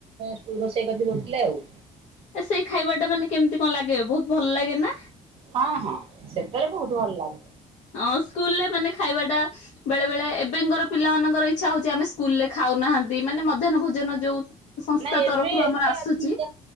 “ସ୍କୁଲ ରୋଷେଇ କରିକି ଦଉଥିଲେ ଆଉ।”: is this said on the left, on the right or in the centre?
Right